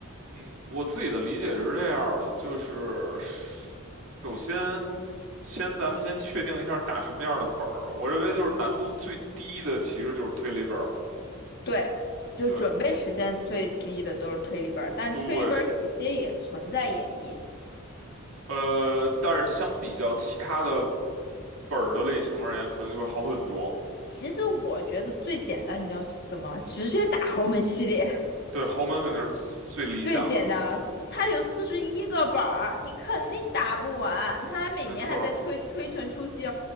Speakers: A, on the right; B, on the left.
A: 嗯，我自己的理解是这样儿的，就是首先，先咱们先确定一下打什么样儿的本儿。我认为就是难度最低的其实就是推理本儿，
B: 对，就准备时间最低的都是推理本儿，
A: 对
B: 但推理本儿有一些也存在演绎。
A: 对，呃，但是相比较其他的本儿的类型而言，可能就会好很多。
B: 其实我觉得最简单，你知道是什么？直接打豪门系列。
A: 对，豪门肯定是最理想的，
B: 最简单了，四，它有四十一个本儿，你肯定打不完。它还每年还在推推陈出新。
A: 没错。